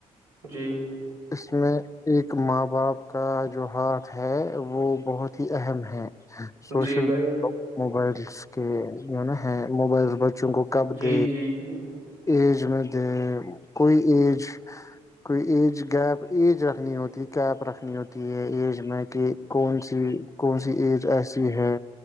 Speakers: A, on the right; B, on the left.
A: جی
B: اس میں ایک ماں باپ کا جو ہاتھ ہے وہ بہت ہی اہم ہے سوشل
A: جی بھائی
B: موبائلس کے جو ہے نا ہے موبائل چنگو کب
A: جی
B: د
A: جی جی
B: ایج میں د کوئی ایج کوئی ایج گیپ ایج رکھنی ہوتی کیپ رکھنی ہوتی ہے ایج میں کہ کون سی کون سی ایج ایسی ہے